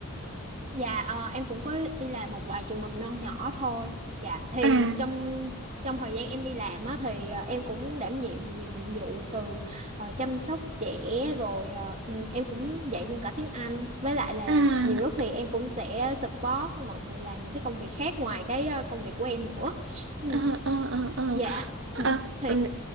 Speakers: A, on the right; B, on the right.
A: Dạ ờ, em cũng có đi làm một vài trường mầm non nhỏ thôi. Dạ thì
B: À,
A: trong trong thời gian em đi làm á thì ờ, em cũng đảm nhiệm nhiều nhiệm vụ từ ờ, chăm sóc trẻ rồi ờ, ừ, em cũng dạy luôn cả tiếng Anh. Với lại là
B: à,
A: nhiều lúc thì em cũng sẽ support mọi người làm những cái công việc khác ngoài cái ờ, công việc của em nữa. Ừ,
B: ờ, ờ, ờ, ờ.
A: dạ.
B: À,
A: Ừ, thì
B: ừ.